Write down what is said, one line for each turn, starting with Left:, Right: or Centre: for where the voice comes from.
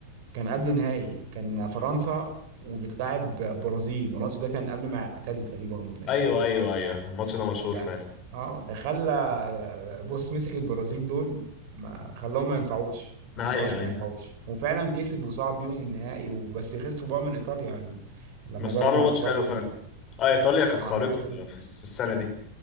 Right: كان قبل نهائي كان فرنسا وبتلاعب برازيل الماتش ده كان قبل ما يعتزل تقريبا البتاع
Left: ايوه ايوه
Right: ده
Left: ايوه الماتش ده مشهور
Right: لا
Left: فعلا
Right: اه ده خلى بص مسك البرازيل دول ما خلاهم ما ينفعوش ما
Left: ايوه
Right: ينفعوش
Left: ايوه
Right: ما ينفعوش وفعلا كسب وصعد بيهم النهائي وبس خسروا بقى من ايطاليا لما
Left: بس
Right: ضرب
Left: عملوا
Right: ماتراتزي
Left: ماتش حلو فعلا اه ايطاليا كانت خارقه
Right: اه الماتش
Left: في الس- في السنه دي